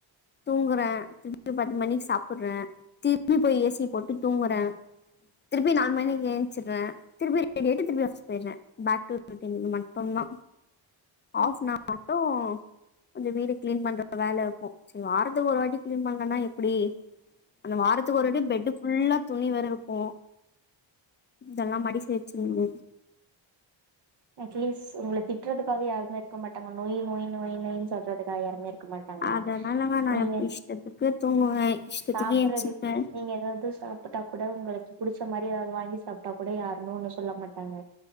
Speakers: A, on the left; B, on the right.
A: தூங்குறே திருப்பி பத்து மணிக் சாப்புற்றே திரும்பி போய் ஏ சிய போட்டு தூங்குறே திருப்பி நாலு மணிக் ஏன்சுற்றே திருப்பி ரெடி ஆய்ட்டு திருப்பி ஆஃபிஸ் போய்றே பேக் டு <inaudible> மட்டுந்தா
B: ம்
A: ஆஃப்னா மட்டு கொஞ்சொ வீடு கிளீன் பண்ற வேல இருக்கு சரி வாரத்துக்கு ஒரு வாட்டி கிளீன் பண்லனா எப்டி அந்த வாரத் து ஒரு வாட்டி
B: ம்
A: பெட்டு் ஃபுல்லா துணி வேர இருக்கு இதல்லா மடிச்சு வச்சிர்னு
B: அட்லீஸ் ஒங்கள திட்றதுக்காவது யாருமே இருக்க மாட்டாங்க நொய் நொய் நொய் நொய்னு சொல்றதுக்காக யாருமே இருக் க்க மாட்டாங்க
A: அதனாலங்க நா
B: நீங்க
A: எப்ப இஷ்டத்துக்கு தூங்குவே இஷ்டத்துக்கு
B: சாப்பற்றது
A: எந்திச்சிப்பே
B: நீங்க ஏதாவது சாப்புட்டா கூட ஒங்களுக்கு புடுச்ச மாரி ஏதாவது வாங்கி சாப்ட்டா கூட யாருமே ஒண்ணு சொல்ல மாட்டாங்க